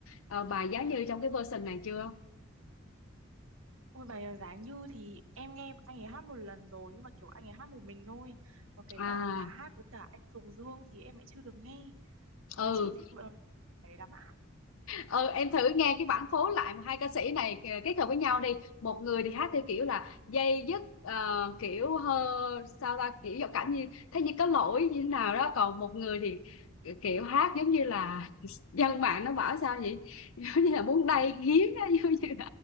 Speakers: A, on the left; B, on the right.
A: ờ, bài Giá Như trong cái version này chưa
B: Ôi bài Ờ Giá Như thì em nghe anh ấy hát một lần rồi nhưng mà kiểu anh ấy hát một mình thôi. Còn cái
A: à
B: bản mà hát với cả anh Tùng Dương thì em lại chưa được nghe.
A: ừ
B: Với chị thích bài bài đấy lắm ạ.
A: ừ em thử nghe cái bản phối lại mà hai ca sĩ này kì- kết hợp với nhau đi một người thì hát theo kiểu là dây dứt ờ, kiểu hơ sao ta kiểu giọng cảm như thế như có lỗi như thế nào đó còn một người thì kiểu hát giống như là <laughs> dân mạng nó bảo sao vậy <laughs> giống như là muốn đay nghiến á, giống như